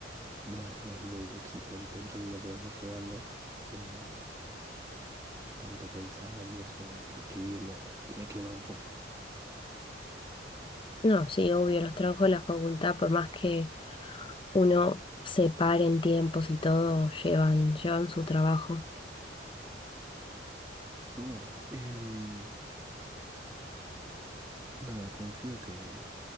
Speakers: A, on the right; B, on the left.
A: no es, no es muy exigente el ritmo que vengo llevando, eh, tanto pensar y eso y escribir me, me quema un poco.
B: No, sí, obvio, los trabajos de la facultad, por más que uno se pare en tiempos y todo, llevan, llevan su trabajo.
A: Pero bueno, em, nada, confío que